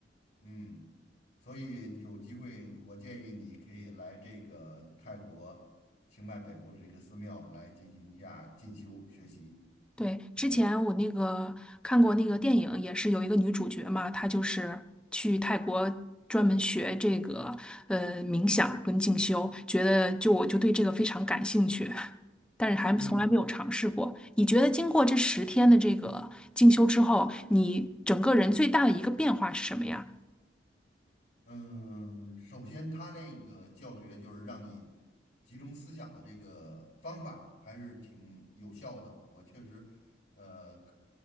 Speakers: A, on the left; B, in the centre.
A: 嗯，所以有机会，我建议你可以来这个泰国清迈北部的这个寺庙来进行一下进修学习。
B: 对，之前我那个看过那个电影，
A: 嗯
B: 也是有一个女主角嘛，她就是去泰国专门学这个呃冥想跟静修，觉得就我就对这个非常感兴趣，但是还从来没有尝试过。
A: 嗯
B: 你觉得经过这十天的这个静修之后，你整个人最大的一个变化是什么呀？
A: 嗯，首先他那个教学就是让你集中思想的这个方法还是挺有效的。我确实，呃，可